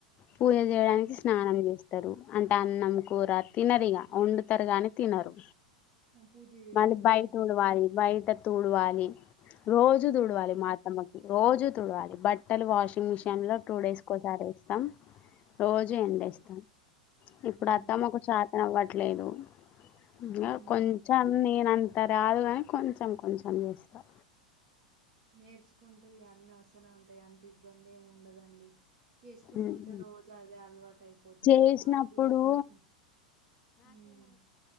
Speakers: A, on the left; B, on the right.
A: పూజ చేయడానికి
B: ఉమ్.
A: స్నానం చేస్ అంటే అన్నం కూర తినరు ఇగ వండుతారు కానీ తినరు
B: పూజ చేసాక
A: మళ్ళీ బయట
B: తింటారు
A: ఊడవాలీ బైట తూడ్వాలి రోజు
B: హ్మ్
A: తూడ్వాలి మా అత్తమ్మ కి రోజు తుడ్వాలి బట్ ట్టలు వాషింగ్ మిషీన్ లో టూ డేస్ కోసారీ వే తం రోజు
B: హ్మ్
A: ఎండేస్తాను ఇప్పుడు
B: హుహు
A: అత్తమ్మకు పా ఇవ్వట్లేదు ఇంకా
B: హుహు
A: కొంచెం నేనం అంత రాదు కానీ కొంచెం కొంచెం చేస్తాం
B: నేర్చుకుంటే ఇవన్నీ వస్తనే ఉంటాయి అంత ఇబ్బంది ఏమి ఉండదండి చేసుకుంటుంటే
A: ఉమ్.
B: రోజు అదే అలవాటు అయిపోతది
A: చేసినప్పుడు
B: మాకు కూడా పెళ్ళకి ముం